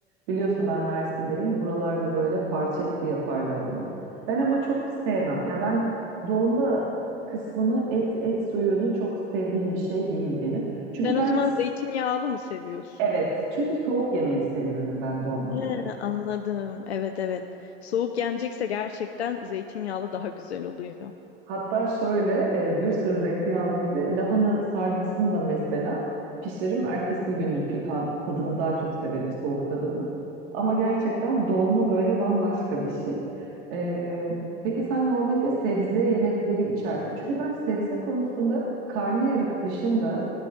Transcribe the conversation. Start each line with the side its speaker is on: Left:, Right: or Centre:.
Right: biliyorsun ben Mersin'deyim. Buralarda böyle parça etli yaparlar onu. Ben ama çok sevmem. Ya ben dolma kısmını et et suyunu çok sevdiğim bir şey değil benim. Çünkü
Left: Sen
Right: ben
Left: o zaman zeytinyağlı mı seviyorsun?
Right: evet çünkü soğuk yemeyi seviyorum ben dolmaları.
Left: He, anladım. Evet evet. Soğuk yenecekse gerçekten zeytinyağlı daha güzel oluyor.
Right: Hatta şöyle e, bir sürü zeytinyağlı gibi lahana sarmasını da mesela pişiririm. Ertesi günlükü ta- tadını daha çok severim soğuk tadını. Ama gerçekten dolma böyle bambaşka bir şey. E, peki sen normalde sebze yemekleri içersin. Çünkü ben sebze konusunda karnıyarık dışında